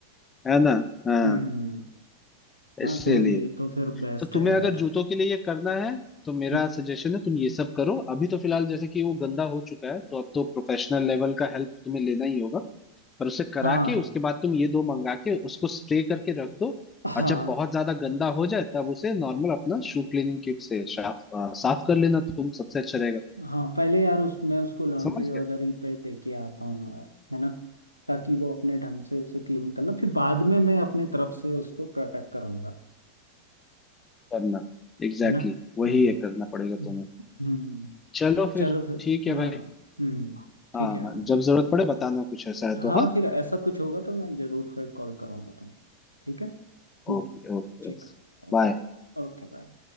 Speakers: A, on the left (about 20°); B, on the left (about 85°).
A: है ना हाँ
B: हम्म हम्म, हम्म। हाँ
A: इसलिए
B: तो ये तो फिर बेस्ट
A: तो तुम्हें
B: है
A: अगर
B: यार
A: जूतों के लिए ये करना है तो मेरा
B: हम्म,
A: सजेशन है तुम ये सब करो अभी तो फिलहाल जैसे कि वो गंदा हो चुका है तो अब तो प्रोफेशनल लेवल का हेल्प तुम्हें लेना ही होगा पर उसे करा
B: हाँ
A: के उसके बाद तुम ये दो मंगा के उसको स्प्रे करके रख दो
B: हाँ
A: और जब बहुत ज्यादा गंदा हो जाए तब उसे नॉर्मल अपना शू क्लीनिंग किट से साफ साफ कर लेना तुम सबसे अच्छा रहेगा
B: हाँ पहले यार उस मैं उसको लॉन्ड्री
A: समझ
B: वगैरह पे दे के आता हूँ यार है ना ताकि वो अपने ढंग से उसे क्लीन कर ले फिर बाद में मैं अपने तरफ से उसको प्रोटेक्ट करूंगा
A: करना एग्जैक्टली
B: है ना
A: exactly, वही
B: हाँ
A: है करना पड़ेगा
B: हम्म
A: तुम्हें
B: हम्म।
A: चलो फिर
B: चलो फिर
A: ठीक
B: हाँ
A: है भाई
B: हम्म ठीक
A: हाँ
B: है हाँ
A: हाँ जब जरूरत पड़े बताना कुछ ऐसा है तो
B: हाँ
A: हाँ
B: फिर ऐसा कुछ होगा तो मैं जरूर फिर कॉल करूँगा तुम ठीक है हम्म,
A: Okay okay
B: ठीक है।
A: बाय
B: ओके Okay bye